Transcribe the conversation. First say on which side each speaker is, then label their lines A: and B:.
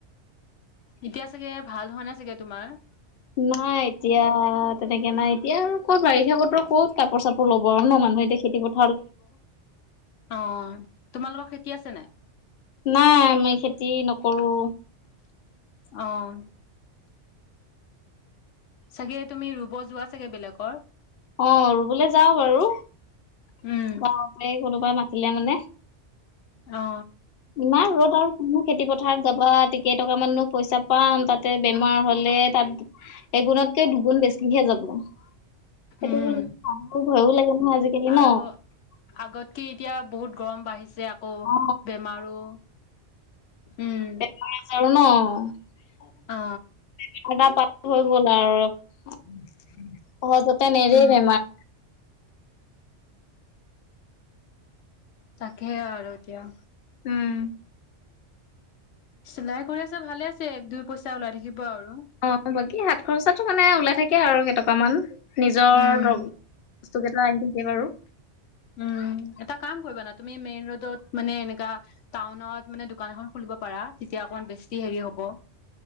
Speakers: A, on the left; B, on the left.
A: এতিয়া চাগে ভাল হোৱা নাই চাগে তোমাৰ
B: নাই এতিয়া তেনেকে নাই এতিয়া আৰু ক'ত বাৰিষা বতৰ ক'ত কাপোৰ-চাপোৰ ল'ব আৰু ন মান- মানুহে এতিয়া খেতি পত
A: অ তোমালোকৰ খেতি আছে নাই?
B: নাই আমি খেতি নকৰোঁ
A: অহ চাগে তুমি ৰুব যোৱা চাগে বেলেগৰ
B: অ ৰুবলৈ যাওঁ বাৰু
A: উম
B: গাৱতে কোনোবাই মাত মাতিলে মানে
A: অ
B: ইমান ৰ'দ আৰু খেতি পথাৰ যাবা <unintelligible> কেইটকামান নো পইচা পাম তাতে বেমাৰ হ'লে তাত এগুণতকে দুগুণ বেছিহে যাব। সেইটো
A: উম
B: <unintelligible> ভয়ো লাগে নহয় আজিকালি
A: আৰু
B: ন
A: আগতকে এতিয়া বহুত গৰম বাঢ়িছে আকৌ
B: অ
A: বেমাৰো উম
B: বেমাৰ-আজাৰো ন <unintelligible>
A: অ
B: হৈ গ'ল আৰু সহজতে নেৰে
A: উম
B: বেমাৰ
A: তাকে সে আৰু এতিয়া
B: উম
A: চিলাই কৰি আছে ভালে আছে এক দুই পইচা ওলাই থাকিব আৰু
B: অ বাকী সাত খৰচাতো মানে ওলাই থাকে আৰু কেটক- টকামান নিজৰ
A: উম
B: বস্তুকেইটা আনি থাকে বাৰু।
A: উম এটা কাম কৰিবা না তুমি মেইন ৰোডত মানে এনেকা টাউনত মানে দোকান এখন খুলিব পাৰা তেতিয়া তেতিয়া অকনমান বেছি হেৰি হ'ব